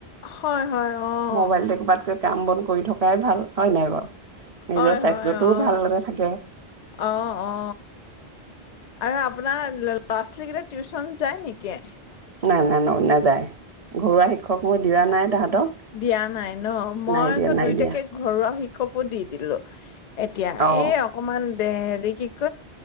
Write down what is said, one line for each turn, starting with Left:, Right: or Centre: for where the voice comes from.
Left: হয় হয় অ',
Right: মোবাইল দেখিবাত কৈ কাম বন কৰি থকাই ভাল হয় নাই বাৰু নিজৰ
Left: হয়
Right: স্বাস্থ্যটোও
Left: হয় অ
Right: ভালতে থাকে
Left: অ অ আৰু আপোনাৰ ল ল'ৰা ছোৱালীকেইটা টিউশ্যন যায় নেকি
Right: নাই নাই নহ নাযায় ঘৰুৱা শিক্ষক মই দিয়া নাই তাহাঁতক
Left: দিয়া নাই ন মই
Right: নাই দিয়া
Left: আকৌ
Right: নাই
Left: দুইটাকে
Right: দিয়া
Left: ঘৰুৱা শিক্ষকো দি দিলো এতিয়া
Right: অ
Left: এই অকমান দে হেৰি কি ক